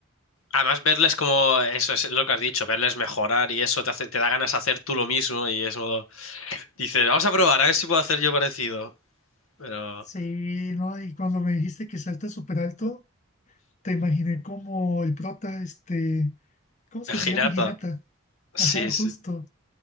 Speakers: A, on the left; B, on the left.
A: Además, verles como, eso es lo que has dicho, verles mejorar y eso te hace- te da ganas de hacer tú lo mismo y es modo, dices, vamos a probar, a ver si puedo hacer yo parecido. Pero,
B: Sí, ¿no? Y cuando me dijiste que salta súper alto, te imaginé como el prota, este,
A: <laughs>
B: ¿cómo es
A: el
B: que se llama?
A: Hinata,
B: Hinata. Ajá,
A: sí,
B: justo.
A: sí.